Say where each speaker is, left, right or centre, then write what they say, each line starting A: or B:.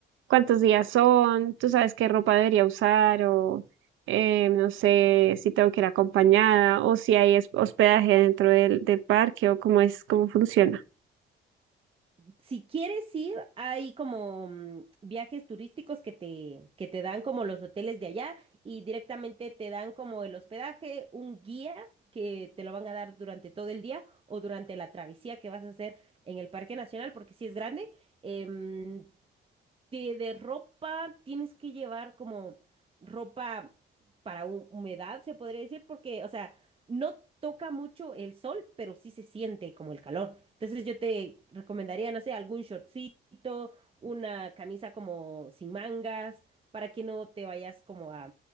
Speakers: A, on the right (about 80°); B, on the right (about 25°).
A: ¿cuántos días son? ¿Tú sabes qué ropa debería usar? O eh, no sé si tengo que ir acompañada o si hay es- hospedaje dentro del, del parque o cómo es, cómo funciona.
B: Si quieres ir, hay como mm, viajes turísticos que te, que te dan como los hoteles de allá y directamente te dan como el hospedaje, un guía que te lo van a dar durante todo el día o durante la travesía que vas a hacer en el Parque Nacional, porque si es grande. em, de, de ropa tienes que llevar como ropa para hu- humedad, se podría decir, porque, o sea, no toca mucho el sol, pero sí se siente como el calor. Entonces yo te recomendaría, no sé, algún shortcito, una camisa como sin mangas, para que no te vayas como a,